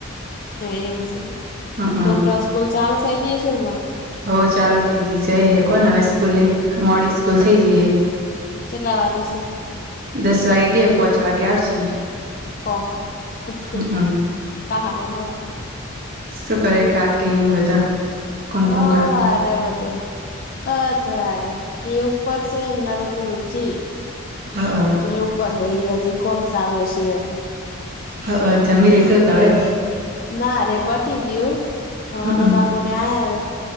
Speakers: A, on the left; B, on the right.
A: એમ છે
B: હમ
A: છોકરા સ્કૂલ ચાલુ થઇ જે છે એમ
B: હઉ ચાલુ થઇ જ જઈ હે કોને હવે સ્કૂલી મોડી સ્કૂલ થઇ ગઈે
A: કેટલા વાગે છે
B: દસ વાગે ગયા પોંચ વાગે આવશે
A: ઓ સહલે
B: હમ
A: હ
B: શું કરે કાકી બધા કુમકુમ
A: હ આરે
B: કાકી
A: બધે બધ આરે એ ઉપરસે મા મમ્ી હજી
B: હ હા
A: ઉપર હે એ હજી કોણ ચાલું હ છે તો
B: હ જમી લ તો કાવવે
A: ના રે પટી ગયુંનો
B: હમ
A: કા કોને આ